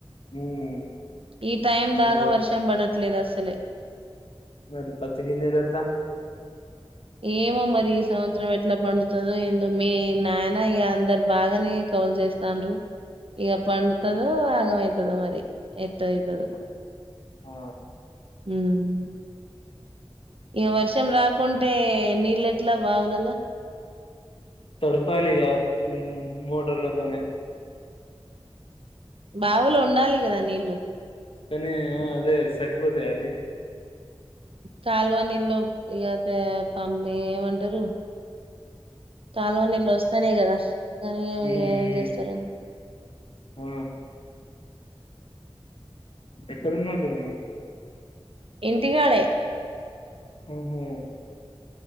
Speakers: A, on the left; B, on the right.
A: ఉమ్
B: ఈ టైం దాగా
A: అదే
B: వర్షం పడట్లేదు అస సలే
A: మరి పత్తి గింజలెట్లా
B: ఏమో మరి ఈ సంవత్సరం ఎట్లా పండుతదో ఏందో మీ నానా ఇక అందరు బాగానే కౌల్ చేస్తాండ్రు ఇక పండుతదో ఆగమవుతదో మరి ఎట్ట అయితదో
A: ఆ
B: హ్మ్ ఇగ వర్షం రాకుంటే నీళ్ళ ఎట్లా బావులల్లా
A: తడపాలిగా ఉ మోటర్లతోనే
B: బావులు ఉండాలి కదా నీళ్ళు
A: కని ఆ అదే సరిపోతయా అవి
B: కాల్వ నీల్లో ఇగ పంపి ఏమంటరు కాల్వనీళ్లు వస్తేనే కదా కానీ ఎ
A: మ్మ్
B: ఏం చేస్తారో
A: ఆ ఎక్కడ ఉన్నావు పిన్ని
B: ఇంటికాడే
A: ఓహో